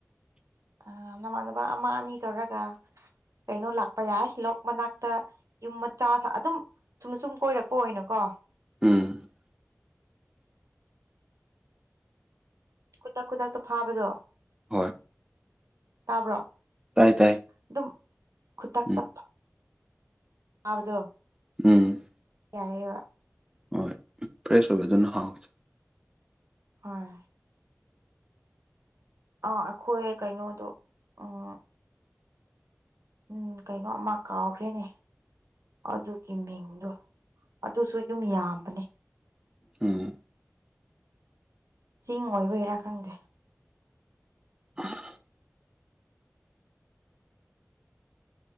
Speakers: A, on the right; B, on the right.
A: ꯑ ꯅꯃꯥꯟꯅꯕ ꯑꯃ ꯑꯅꯤ ꯇꯧꯔꯒ ꯀꯩꯅꯣ ꯂꯥꯛꯄ ꯌꯥꯏ ꯂꯣꯛ ꯃꯅꯥꯛꯇ ꯌꯨꯝ ꯃꯆꯥ ꯑꯗꯨꯝ ꯁꯨꯝ ꯁꯨꯝ ꯀꯣꯏꯔꯛꯄ ꯑꯣꯏꯅꯀꯣ
B: ꯎꯝ
A: ꯈꯨꯗꯛ ꯈꯨꯗꯛꯇ ꯐꯥꯕꯗꯣ
B: ꯍꯣꯏ
A: ꯇꯥꯕ꯭ꯔꯣ
B: ꯇꯥꯏ ꯇꯥꯏ
A: ꯑꯗꯨꯝ ꯈꯨꯗꯛꯇ
B: ꯎꯝ
A: ꯑꯗꯣ
B: ꯎꯝ
A: ꯌꯥꯔꯦ ꯋꯥ
B: ꯍꯣꯏ ꯐ꯭ꯔꯦꯁ ꯑꯣꯏꯕ ꯑꯗꯨꯅ ꯍꯥꯎꯋꯁꯦ
A: ꯍꯣꯏ ꯑ ꯑꯩꯈꯣꯏ ꯀꯩꯅꯣꯗꯣ ꯎꯝ ꯎꯝ ꯀꯩꯅꯣ ꯑꯃ ꯀꯥꯎꯈ꯭ꯔꯦꯅꯦ ꯑꯗꯨꯒꯤ ꯃꯤꯡꯗꯣ ꯑꯗꯨꯁꯨ ꯑꯗꯨꯝ ꯌꯥꯝꯕꯅꯤ
B: ꯎꯝ
A: ꯆꯤꯡ ꯑꯣꯏꯕꯩꯔꯥ ꯈꯪꯗꯦ
B: <inaudible>